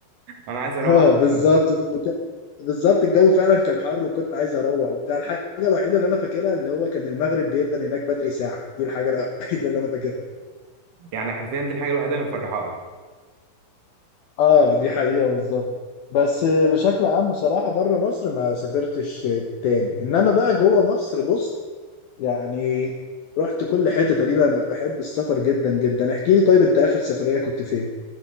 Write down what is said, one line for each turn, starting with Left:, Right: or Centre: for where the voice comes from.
Right: انا عايز اروح
Left: اه
Right: <laughs>
Left: بالظبط وك- بالظبط الجو فعلا كان حر وكنت عايز اروح وبتاع الحاجه الوحيده اللي انا فاكرها اللي هو كان المغرب بيدن هناك بدري ساعه دي الحاجه الوحيده اللي انا فاكرها
Right: يعني حرفيا دي الحاجه الوحيده اللي مفرحاك
Left: اه دي حقيقه بالظبط بس بشكل عام بصراحه بره مصر ما سافرتش تاني انما بقى جوه مصر بص يعني رحت كل حته تقريبا انا بحب السفر جدا جدا احكي لي طيب انت اخر سفريه كنت فين